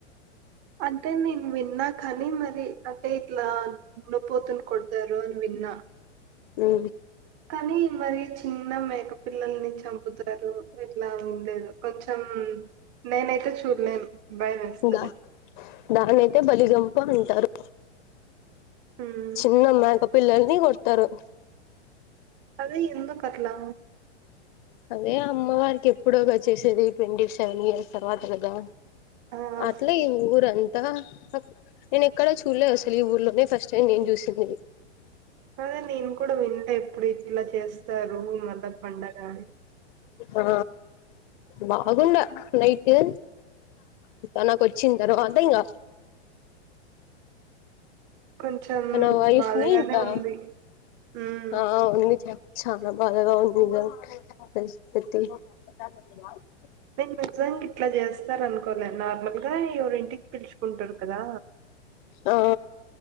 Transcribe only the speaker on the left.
ఉమ్
దా దాన్నయితే బలిగంప అంటారు.
చిన్న మ్యాక పిల్లలని కొడతారు.
అదే అమ్మవారికి ఎప్పుడో గా చేసేది, ఈ పెండి సేమియా తర్వాత కదా!
అట్లే ఈ ఊరన్ తా నేను ఎక్కడ చూడలేద్ అసలు, ఈ ఊర్లోనే ఫస్ట్ టైం నేను చూసింది.
ఆ బాగుండ నైటు. ఇంకా నాకొచ్చిన తర్వాత ఇంగ
తన వైఫ్
ని ఇంకా
ఆ వున్నిచ చానా బాదగా ఉన్నిందా <unintelligible>
ఆ